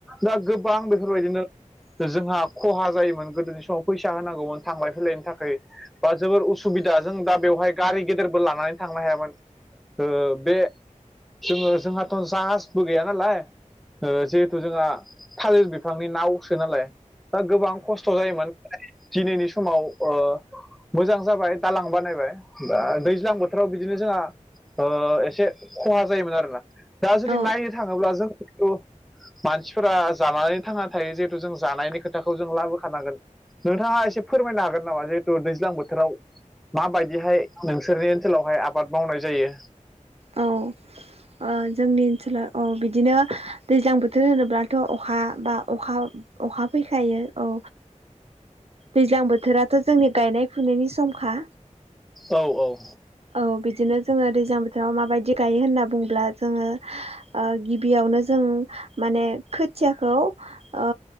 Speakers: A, in the centre; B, on the right.
A: दा गोबां बेफोरबायदिनो जोंहा खहा जायोमोन गोदोनि समाव फैसा होनांगौमोन थांलाय फैलायनि थाखाय बा जोबोर उसुबिदा जों दा बेवहाय गारि गेदेरबो लानानै थांनो हायामोन। ओ बे जोंङो जोंहाथ' जाहाजबो गैया नालाय ओ जिहेथु जोंहा थालिर बिफांनि नावसो नालाय दा गोबां खस्थ' जायोमोन दिनैनि समाव ओ मोजां जाबाय दालां बानायबाय बा दैज्लां बोथोराव बिदिनो जोंहा ओ एसे खहा जायोमोन आरोना दा जुदि
B: औ
A: नायनो थाङोब्ला जों जेटु मानसिफोरा जानानै थांना थायो जिहेथु जों जानायनि खोथाखौ जों लाबोखानांगोन। नोंथाङा एसे फोरमायनो हागोन नामा? जिहेथु दैज्लां बोथोराव माबायदिहाय नोंसोरनि ओनसोलावहाय आबाद मावनाय जायो।
B: औ ओ जोंनि ओनसोला औ बिदिनो दैज्लां बोथोर होनोब्लाथ' अखा बा अखा अखा फैखायो औ दैज्लां बोथोराथ' जोंनि गायनाय फुनायनि समखा
A: औ औ
B: औ बिदिनो जोंङो दैज्लां याव माबायदि गायो होनना बुंब्ला जोंङो ओ गिबियावनो जों माने खोथियाखौ ओ